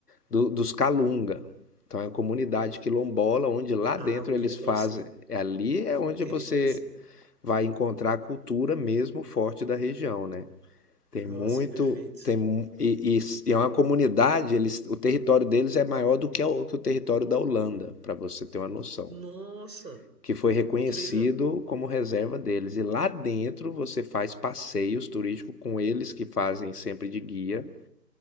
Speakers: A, on the left (about 65°); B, on the right (about 75°).
A: do- dos Calunga. Então é uma comunidade quilombola onde lá
B: Ah,
A: dentro
B: vou
A: eles
B: querer
A: fazem.
B: conhecer.
A: Ali é onde
B: Vou querer
A: você
B: conhecer.
A: vai encontrar a cultura mesmo forte da região, né? Tem
B: Nossa,
A: muito,
B: perfeito.
A: tem mu- e, e s- e é uma comunidade. Eles, o território deles é maior do que, o- que o território da Holanda, para você ter uma noção.
B: Nossa,
A: Que foi reconhecido
B: incrível.
A: como reserva deles. E lá dentro você faz passeios turísticos com eles que fazem sempre de guia.